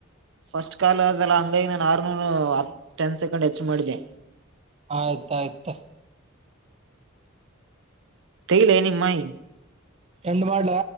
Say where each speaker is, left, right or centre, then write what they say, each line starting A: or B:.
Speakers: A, on the right; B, on the right.
A: ಫಸ್ಟ್ ಕಾಲ್ ಅದೆಲ್ಲ ಹಂಗಾಗಿ ನ ಆರ್್ಮೂಲ್ ಹ ಟೆನ್ ಸೆಕೆಂಡ್ ಹೆಚ್ಚು ಮಾಡಿದೆ
B: ಆಯ್ತ ಆಾಯ್ತು
A: ತೈಲ್ಲ ಎನ ಮಾೈಿ
B: ಎಂಡ ಮಾಡ್ಲ